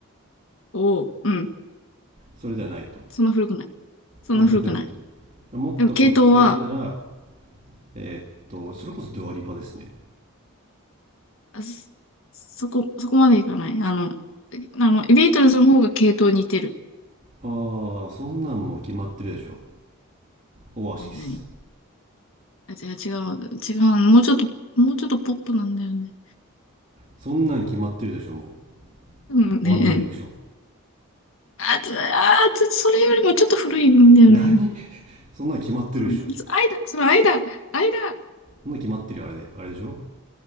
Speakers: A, on the left; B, on the right.
A: おお、うん。
B: それではないと
A: そんな古くない。そんな古くない。
B: そんな古くないともっとこっち寄りなら
A: でも系統は、
B: えーっとそれこそドアリパですね
A: あそ、そこ、そこまでいかない。あの、えあの、ビートルズの方が系統似てる。
B: ああそんなんもう決まってるでしょオアシス
A: ねえねえあ、違う、違う、違う。もうちょっと、もうちょっとポップなんだよね。
B: そんなん決まってるでしょも
A: うん、<laughs> ねえねえ
B: うワンダイレクション
A: あ、つあ、つそれよりもちょっと古いんだよね。
B: 何 <laughs> そんなの決まってるでしょ
A: うん、間、その間、間。
B: そんなの決まってるよあれであれでしょ